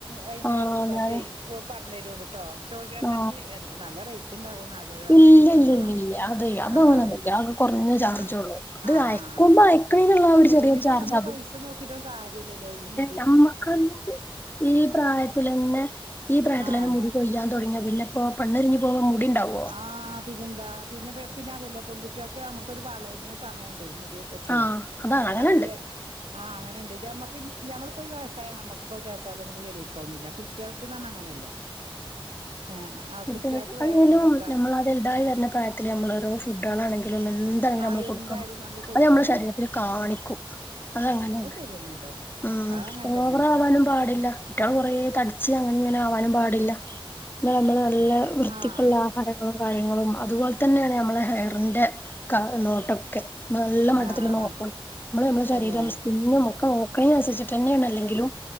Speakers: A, on the right; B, on the left.
A: അയിന്റ
B: ആ
A: എന്താ
B: ഞാന്
A: തെ പറഞ്ഞു തരുവോണ്ട് ട്ടോ ചോയിച്ച എന്താ
B: ആ
A: ഞ്ഞ് നല്ല റേ റ്റ്ണ്ടാവൊനല്ല ന്നല്ല
B: ഇല്ല
A: പൈസണ്ടാവൊ
B: ഇല്ല ഇല്ല ഇല്ല അത് അതങ്ങനൊന്നുല്ല
A: ആഹ്
B: അത് കൊറഞ്ഞ ചാർജേ
A: ആഹ് ആഹ്
B: ഉള്ളൂ അത്
A: ആഹ്
B: അയക്കുമ്പോ
A: ആഹ് ആഹ്
B: അയക്കണേനുള്ള
A: അല്ല
B: ഒരു ചെറിയൊരു
A: പിന്നെ ഇപ്പൊ
B: ചാർജ്
A: അമ്മള് പൈസ നോക്കീട്ടൊ കാര്യല്ലല്ലോ ഈ മു
B: നമ്മക്കല്ലെങ്കിഈ പ്രായത്തിലെന്നെ ഈ പ്രായത്തിലെന്നെ
A: ആഹ്
B: മുടി കൊയ്യാൻ തൊടങ്ങിയ പിന്നെപ്പൊ പെണ്ണൊരിങ്ങി പോവോ മുടിണ്ടാവൊ?
A: ആഹ് പിന്നെന്താ പിന്നെ പിന്നെ അതല്ല പെൺകുട്ടിയൾക്ക് നമുക്കൊരു വളരിണ സമയണ്ടേ മുടി ക്കൊക്കെ
B: ആഹ് അതാണ് അങ്ങനെണ്ട്
A: മറ്റേ ആഹ് അങ്ങനെണ്ട് ഞമ്മക്കിന്നി ഞമ്മളിപ്പയി വയസായ നമ്മക്കിപ്പൊ തേച്ചാലൊന്നും ശെരിയായി കോളന്നില്ല കുട്ടിയൾക്ക്ന്നറഞ്ഞ അങ്ങനെല്ല. ആഹ് ആഹ്
B: കുട്ടികൾക്ക്
A: കുട്ടിയക്ക്
B: അല്ലേലും
A: വേഗം എന്താ
B: നമ്മളത് വലുതായി വരുന്ന പ്രായത്തിലെ നമ്മള് ഓരോ ഫുഡാളാണെങ്കിലും എ ന്താണെങ്കിലും
A: ആഹ്
B: നമ്മള് കൊടുക്കണം
A: എന്തായാലും നമ്മള് കൊടുക്കണം
B: അത് നമ്മുടെ ശരീരത്തില് കാണിക്കും അതങ്ങനേണ്.
A: <unintelligible>
B: ഉം
A: അങ്ങനെ
B: ഓവറാവാനും
A: തന്നെയാണ്
B: പാടില്ല. കുട്ടിയള് കൊറേ തടിച്ച് അങ്ങനെ ഇങ്ങനെ ആവാനും പാടില്ല പിന്നെ നമ്മള് നല്ല വൃത്തിക്കുള്ള
A: ആഹ്
B: ആഹാരങ്ങളും കാര്യങ്ങളും അതുപോലെ തന്നെയാണ് ഞമ്മളെ ഹെയറിന്റെ ക നോട്ടൊക്കെ. നല്ല മട്ടത്തില്
A: ആഹ് ആഹ്
B: നോക്കണം
A: ആഹ്
B: മ്മള് മ്മളെ
A: തന്നെ
B: ശരീരം സ്കിന്നും ഒക്കെ നോക്ക് ണീന് അനുസരിചിട്ടെന്നെയാണ് അല്ലെങ്കി ങ്കിലും